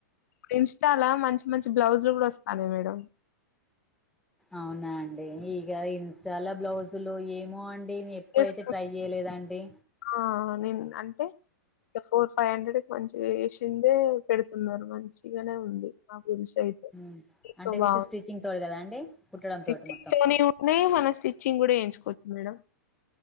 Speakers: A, on the left (about 60°); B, in the centre.
A: ఇప్పుడు ఇన్స్టాలా మంచి మంచి బ్లౌజ్లు కూడా వస్తాన్నాయి మేడం
B: అవునా అండి ఇగ ఇన్స్టాలా బ్లౌజులు ఏ మో అండి నే ఎప్పుడైతే
A: చేసుకుంటా.
B: ట్రై చేయలేదండి
A: ఆ నేను అంతే ఇగ ఫోర్ ఫైవ్ హండ్రెడ్ కి మంచిగా చేసిందే పెడుతున్నారు మంచిగానే ఉంది ఆ బ్లూ సైజ్
B: మ్మ్
A: ఎంత
B: అంటే
A: బాగు
B: విత్ స్టిచ్చింగ్ తోటి కదా అండి కుట్టడం
A: స్టిచ్చింగ్
B: తోటి మొత్తం
A: తోనే ఉన్నాయి మన స్టిచ్చింగ్ కూడా ఎయించుకోవచ్చు మేడం